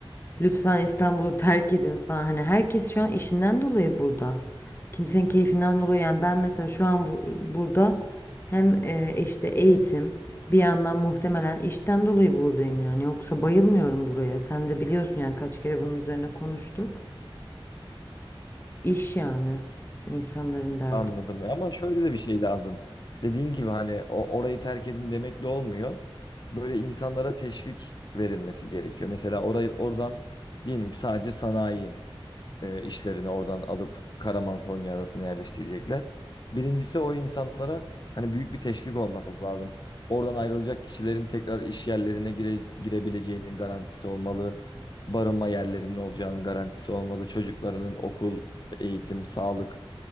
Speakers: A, on the left; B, on the left.
A: Lütfen İstanbul'u terk edin falan. Hani herkes şu an işinden dolayı burada. Kimsenin keyfinden dolayı. Yani ben mesela şu an bu- burada hem e, işte eğitim bir yandan muhtemelen işten dolayı buradayım yani. Yoksa bayılmıyorum buraya. Sen de biliyorsun yani kaç kere bunun üzerine konuştuk. İş yani insanların derdi.
B: Anladım. E, Ama şöyle de bir şey lazım. Dediğin gibi hani o, orayı terk edin demek de olmuyor. Böyle insanlara teşvik verilmesi gerekiyor. Mesela orayı oradan diyelim ki sadece sanayi. e, işlerini oradan alıp Karaman Konya arasına yerleştirecekler. Birincisi o insanlara hani büyük bir teşvik olması lazım. Oradan ayrılacak kişilerin tekrar iş yerlerine gire, girebileceğinin garantisi olmalı. Barınma yerlerinin olacağının garantisi olmalı. Çocuklarının okul, eğitim, sağlık